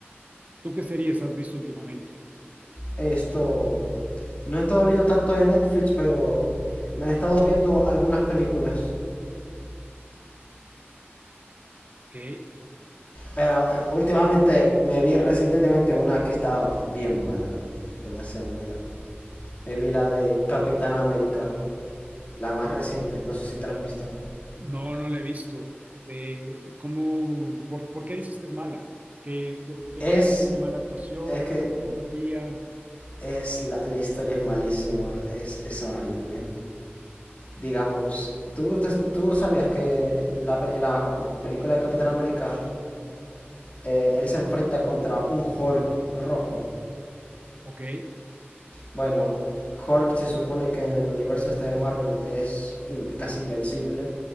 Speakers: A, on the right (about 40°); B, on the left (about 35°).
A: ¿Tú qué series has visto últimamente?
B: Esto. No he estado viendo tanto de Netflix, pero me he estado viendo algunas películas.
A: Ok.
B: Pero <laughs> últimamente me vi recientemente una que estaba bien mala. Demasiado mala. Me vi la de Capitán América. La más reciente. No sé si te la has visto.
A: No, no la he visto. De cómo, por, ¿por qué dices que es mala? ¿Qué, qué, qué
B: Es
A: pasó? ¿Tiene mala actuación,
B: Es que
A: mala fotografía?
B: es la, la historia es malísima, es, es horrible. Digamos, ¿tú, no te- tú no sabías que la, pe- en la cap- película de Capitán América eh, él se enfrenta contra un Hulk rojo.
A: Ok.
B: Bueno, Hulk se supone que en el universo este de Marvel es inve- casi invencible